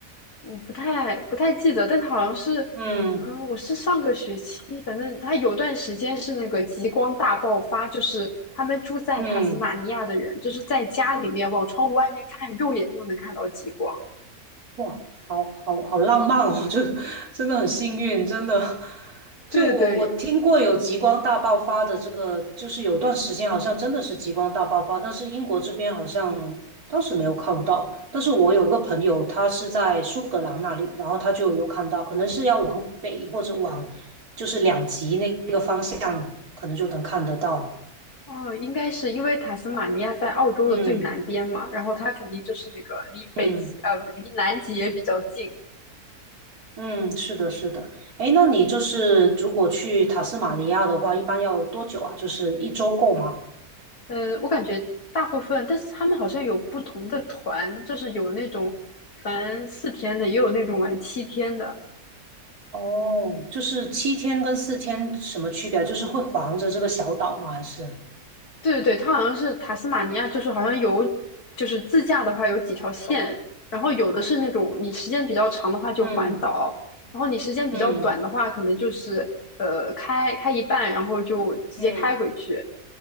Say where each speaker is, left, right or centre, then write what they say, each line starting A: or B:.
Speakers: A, on the left; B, on the right.
A: 我不太不太记得，但它好像是，
B: 嗯
A: 嗯、我是上个学期，反正它有段时间是那个极光大爆发，就是他们住在塔斯马尼亚的人，
B: 嗯。
A: 就是在家里面往窗户外面看，肉眼就能看到极光。
B: 哇，好好好浪漫哦！就真的很幸运，真的。
A: 对对对，
B: 就我我听过有极光大爆发的这个，就是有段时间好像真的是极光大爆发，但是英国这边好像当时没有看到。但是我有个朋友，他是在苏格兰那里，然后他就有看到，可能是要往北或者往就是两极那个方向，可能就能看得到。
A: 哦，应该是因为塔斯马尼亚在澳洲的最南边嘛，
B: 嗯
A: 然后它肯定就是那个离北极，
B: 嗯。
A: 呃，不离南极也比较近。
B: 嗯，是的，是的。哎，那你就是如果去塔斯马尼亚的话，一般要多久啊？就是一周够吗？
A: 呃，我感觉大部分，但是他们好像有不同的团，就是有那种玩四天的，也有那种玩七天的。
B: 哦，就是七天跟四天什么区别啊就是会环着这个小岛吗？还是？
A: 对对对，它好像是塔斯马尼亚，就是好像有，就是自驾的话有几条线，然后有的是那种你时间比较长的话就环岛，
B: 嗯
A: 然后你时间比较短的话，
B: 嗯
A: 可能就是呃开开一半，然后就直接开回去。
B: 嗯，